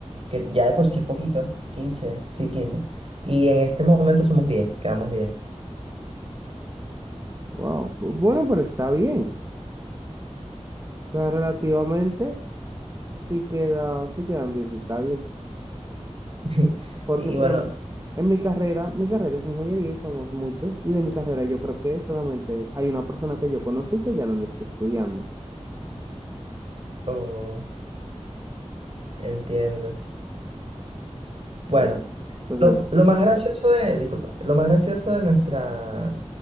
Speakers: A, on the right; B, on the right.
A: que ya de por sí es poquito, 15 sí, quince Y en este momento somos diez quedamos diez
B: Wow. Bueno, pero está bien. O sea, relativamente sí queda, sí quedan 10, está bien.
A: <laughs>
B: Porque,
A: Y
B: por
A: bueno,
B: ejemplo, en mi carrera, mi carrera es ingeniería y somos muchos, y de mi carrera yo creo que solamente hay una persona que yo conocí que ya no le está estudiando.
A: oh, entiendo. Bueno,
B: Pues, pues,
A: lo,
B: es-
A: lo más gracioso de, disculpa, lo más gracioso de nuestra,